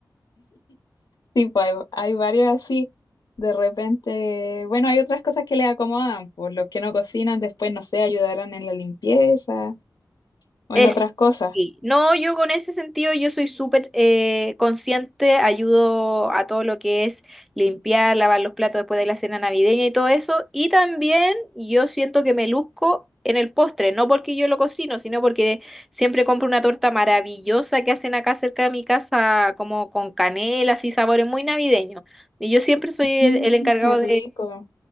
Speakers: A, on the left; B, in the centre.
A: Sí, pues hay, hay varios así. De repente, bueno, hay otras cosas que les acomodan, por los que no cocinan, después, no sé, ayudarán en la limpieza o
B: Es,
A: en otras cosas.
B: sí. No, yo con ese sentido yo soy súper eh, consciente, ayudo a todo lo que es limpiar, lavar los platos después de la cena navideña y todo eso. Y también yo siento que me luzco en el postre, no porque yo lo cocino, sino porque siempre compro una torta maravillosa que hacen acá cerca de mi casa, como con canela, así sabores muy navideños. Y yo siempre soy el,
A: Mm,
B: el encargado
A: qué rico.